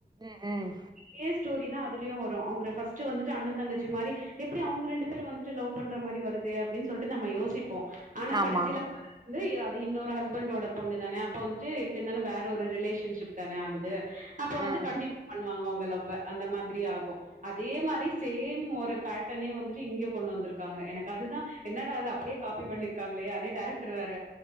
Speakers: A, on the right; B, on the right.
A: ம் ம்
B: சேம் ஸ்டோரி தா அதுலியு வரு அவுங்க ஃப்ஸ்ட்டுவந்துட்டு அண்ணன் தங்கச்சி மாரி எப்பிடி அவுங்க ரெண்டு பேர் வந்துட்டு லவ் பண்ற மாரி வருது அப்டின்னு சொல்ட்டு நம்ம யோசிப்போ ஆனா
A: ஆமா
B: கடைசியில <inaudible> வந்து அ இன்னொரு ஹஸ்பண்டோட பொண்ணு தான அப்ப வந்துட்டு எப்பிடி இருந்தாலு வேற ஒரு ரிலேஷன்ஷிப் தான ஆகுது அப்ப வந்து
A: ம்
B: கண்டினியூ பண்ணுவாங்க அவங்க லவ்வ அந்த மாதிரி ஆகு அதே மாதிரி சேம் ஒரு பேட்டர்னே வந்துட்டு இங்கே கொண்டு வந்திருக்காங்க எனக்கு அதுதா என்னட அது அப்டியே காபி பண்ணி இருக்காங்களே அதே டேரக்டர் வேற